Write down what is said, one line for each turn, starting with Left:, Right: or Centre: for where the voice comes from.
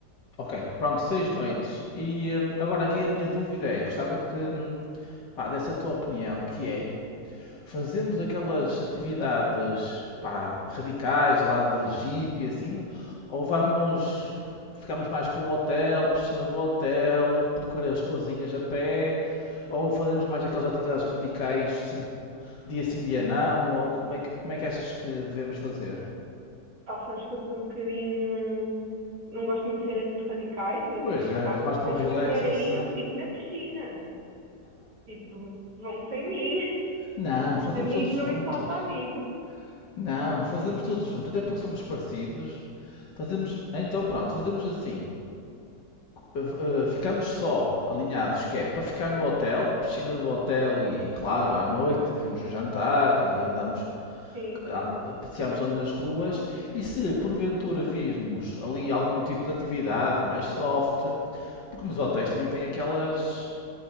Left: Ok, pronto, seis noites. E hum, agora aqui a minha dúvida é, gostava que hum, pá, desse a tua opinião, que é, fazemos aquelas atividades pá, radicais lá de jeep e assim, ou vamos, ficamos mais pelo hotel, piscina do hotel, percorrer as ruazinhas a pé, ou fazemos mais aquelas atividades radicais, assim, dia sim, dia não, ou como é que, como é que achas que devemos fazer?
Right: Pá, sabes que eu sou um bocadinho. Não gosto muito de cenas muito radicais, mas
Left: Pois, é-
Right: opá,
Left: és mais
Right: se vocês
Left: para o relax,
Right: quiserem
Left: eu sei.
Right: ir, eu fico na piscina. Tipo, vão sem mim. <laughs>
Left: Não, fazemos
Right: Amigo
Left: todos juntos.
Right: não empata amigo.
Left: Não, fazemos tudo junto, até porque somos parecidos. Fazemos, então pronto, fazemos assim. Eh, eh, ficamos só alinhados, que é para ficar no hotel, piscina do hotel e, claro, à noite vimos o jantar e andamos,
Right: Sim,
Left: an-
Right: sim.
Left: passeamos ali nas ruas. E se porventura virmos ali algum tipo de atividade mais soft, porque nos hotéis também tem aquelas,